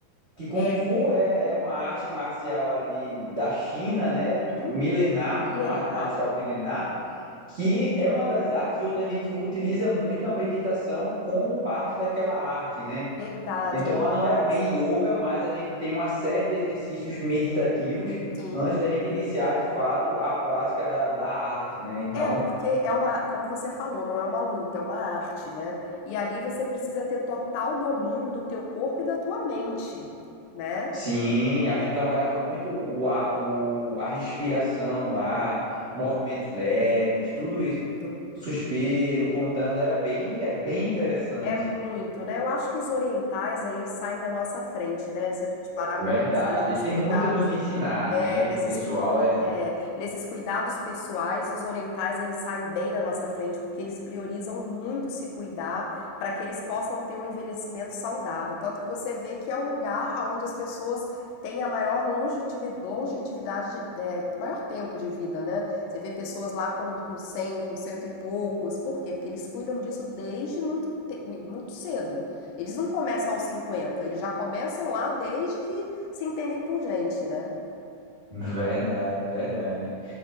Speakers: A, on the right; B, on the left.
A: que Kung
B: É,
A: Fu é, é uma arte marcial ali da China, né?
B: sim,
A: Milenar,
B: milenar,
A: uma arte marcial milenar, que é uma das artes onde a gente utiliza muito a meditação como parte daquela arte, né?
B: verdade,
A: Então
B: Lucas.
A: lá não era bem yoga, mas a gente tem uma série de exercícios meditativos
B: Sim.
A: antes da gente iniciar de fato a prática da, da arte, né? Então
B: É, porque é uma, como você falou, não é uma luta, é uma arte, né? E ali você precisa ter total domínio do teu corpo e da tua mente, né?
A: Sim, a gente trabalhava muito o, a, o- a respiração lá, movimentos leves, tudo isso,
B: Isso.
A: suspiro, contando, era bem, é bem interessante.
B: É muito, né? Eu acho que os orientais aí eles saem na nossa frente, né? Se a gente parar
A: Verdade,
B: para pensar nesses
A: eles têm
B: cuidados
A: muito a nos ensinar,
B: É,
A: né?
B: nesses,
A: O pessoal
B: cui-
A: é
B: é, nesses cuidados pessoais, os orientais eles saem bem na nossa frente porque eles priorizam muito se cuidar para que eles possam ter um envelhecimento saudável. Tanto que você vê que é o lugar onde as pessoas têm a maior longevi- longevidade, de- é, maior tempo de vida, né? Você vê pessoas lá com, com 100, com cento e poucos. Por quê? Porque eles cuidam disso desde muito, te- muito cedo. Eles não começam aos cinquenta eles já começam lá desde que se entendem por gente, né?
A: verdade, verdade.